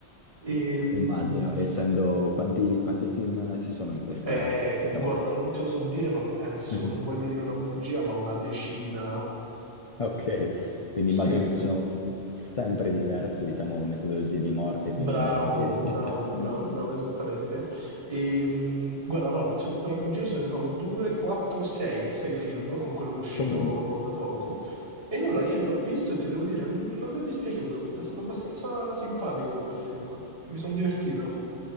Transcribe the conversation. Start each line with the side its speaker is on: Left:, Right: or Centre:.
Right: Ehm,
Left: Immagino, essendo quanti, quanti film ci sono in questa,
Right: eh,
Left: diciamo.
Right: guarda, non te lo so dire, ma penso,
Left: Mhm.
Right: non voglio dire una bugia, ma una decina.
Left: Ok, quindi
Right: Sì,
Left: immagino
Right: sì,
Left: che ci sono
Right: sì.
Left: sempre diverse, diciamo, metodologie di morte,
Right: Bravo,
Left: quindi immagino che...
Right: bravo,
Left: <laughs>
Right: bravo, bravo, esattamente. E, mh, guarda, no, non ti ho detto una bugia, ce ne sono due, quattro, sei, sei film con quello che è uscito
Left: Comunque.
Right: da poco. E nulla, ieri l'ho visto e ti devo dire, non, non mi è dispiaciuto, è stato abbastanza simpatico come film. Mi sono divertito.